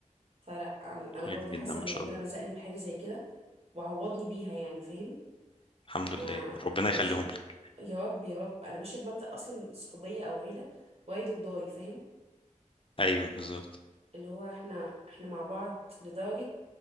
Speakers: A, on the right (about 50°); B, on the left (about 45°).
A: فلا انا أنا
B: كويس
A: برضه
B: جدا
A: حاسه
B: ما
A: ان
B: شاء
A: ربنا
B: الله
A: رزقني بحاجه زي كده وعوضني بيها يعني فاهم
B: الحمد لله
A: انا
B: ربنا
A: انا
B: يخليهم
A: ماشيه ب-
B: لي
A: يا رب يا رب انا ماشيه بمبدأ اصلا صحوبيه او عيله وايد وضاي فاهم
B: أيوه بالظبط
A: اللي هو احنا احنا مع بعض لدرجه